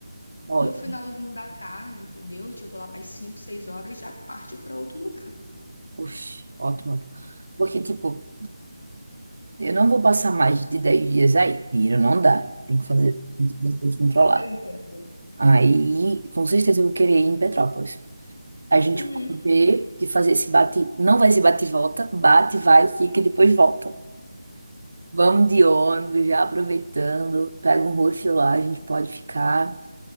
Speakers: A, on the right; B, on the left.
A: Ótimo,
B: No finalzinho da tarde, entendeu? Tipo lá para as 5, 6 horas já parte para outro lugar.
A: oxe, ótimo. ótimo. Porque, tipo, Eu não vou passar mais de 10 dias aí. Dinheiro não dá. Tem que fazer tudo controlado.
B: Eu entendo.
A: Aí, com certeza, eu vou querer ir em Petrópolis. A gente
B: Hum,
A: pode ver de fazer esse bate. Não vai ser bate e volta. Bate, vai, fica e depois volta. Vamos de ônibus, já aproveitando. Pega um hostel lá, a gente pode ficar.